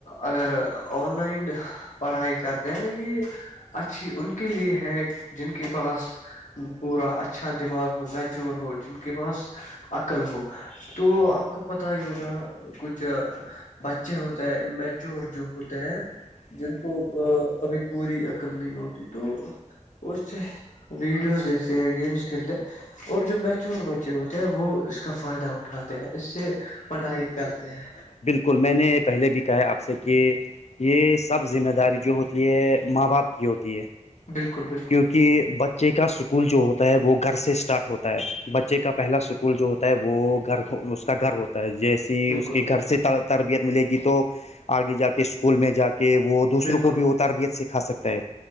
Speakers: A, on the left (about 75°); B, on the left (about 60°).
A: اگر آن لائن پڑھائی کرتے ہیں یہ اچھی ان کے لیے ہے جن کے پاس پورا اچھا دماغ ہو میچور ہو جن کے پاس عقل ہو تو آپ کو پت ہی ہوگا کچھ جو بچے ہوتے ہیں میچور جو ہوتے ہیں جن کو ابھی پوری عقل نہیں ہوتی تو اسے ویڈیوز دیکتے ہیں گیمس کھیلتے اور جو میچور بچے ہوتے ہیں وہ اس کا فائدہ اٹھاتے اسے پڑھائی کرتے ہیں
B: اسکل میں نے پہلے بھی کہا ہے آپ سے کہ یہ سب ذمہ داری جو ہوتی ہے ماں باپ کی ہوتی ہے
A: بالکل بالکل
B: کیونکہ بچ بچے کا سکول جو ہوتا ہے وہ گھر سے اسٹارٹ ہوتا ہے بچے کا پہلا سکول جو ہوتا ہے وہ گھر کا گھر ہوتا ہے جیسے
A: بالکل
B: اس کے گھر سے تربیت ملے گی تو آگے جا کے اسکول میں جا کے وہ دوسروں
A: بالکل
B: کو بھی وہ تربیت سکھا سکتا ہے